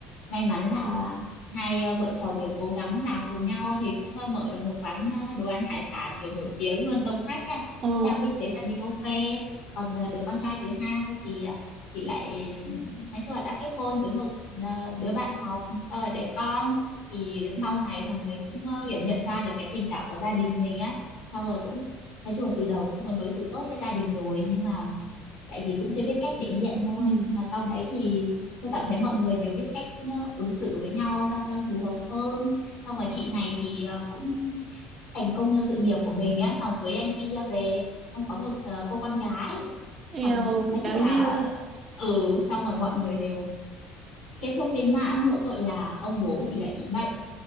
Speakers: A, on the left (about 75°); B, on the right (about 45°).
A: may mắn là hai à, vợ chồng kiểu cố gắng làm cùng nhau thì cũng à, mở được một quán à, đồ ăn hải sản kiểu nổi tiếng luôn đông khách á
B: ờ
A: theo kinh tế gia đình ok còn à, đứa con trai thứ hai thì à, thì lại nói chung là đã kết hôn với một à, đứa bạn học xong rồi đẻ con thì sau
B: ừ.
A: này thằng đấy cũng ờ, kiểu nhận ra được cái tình cảm của gia đình mình á xong rồi cũng nói chung là từ đầu cũng muốn đối xử tốt với gia đình rồi nhưng mà tại vì cũng chưa biết cách thể hiện thôi
B: ừ.
A: nhưng mà sau đấy thì tôi cảm thấy mọi người đều biết cách ờ, ứng xử với nhau sao cho phù hợp hơn xong rồi chị này thì ờ, cũng thành công trong sự nghiệp của mình á xong cưới anh kia về xong có một ờ, cô con gái thằng
B: eo
A: nói
B: đáng
A: chung là
B: yêu
A: ừ xong rồi mọi người đều kết thúc viên mãn mỗi tội là ông bố thì lại bị bệnh